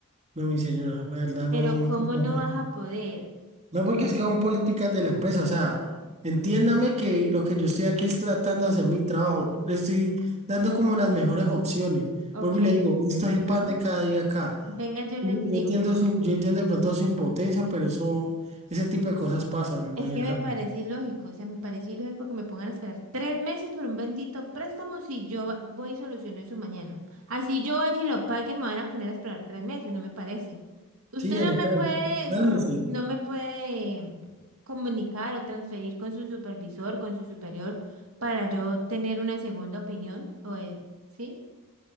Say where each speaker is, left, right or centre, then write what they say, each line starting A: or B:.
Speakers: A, on the right; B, on the right.
A: no, mi señora, la verdad
B: Pero
A: no.
B: ¿cómo
A: No, se puede.
B: no vas a poder?
A: No, porque es que son políticas de la empresa, o sea, entiéndame que lo que yo estoy aquí es tratando de hacer mi trabajo, le estoy dando como las mejores opciones.
B: Ok,
A: Vuelvo y le digo, esto
B: <clears throat>
A: es el pan de cada día acá.
B: venga, yo les
A: Yo yo
B: digo.
A: entiendo su- yo entiendo de pronto su impotencia, pero eso, ese tipo de cosas pasan,
B: Es
A: doña
B: que
A: Carmen.
B: me parece ilógico, o sea, me parece ilógico que me pongan a esperar tres meses por un bendito préstamo si yo va- voy y soluciono eso mañana. Así yo vaya y lo pague, me van a poner a esperar tres meses, no me parece. Usted
A: Sí, doña
B: no me
A: Carmen,
B: puede, r-
A: cálmese.
B: no me puede comunicar o transferir con su supervisor, con su superior, para yo tener una segunda opinión, o, eh, ¿sí?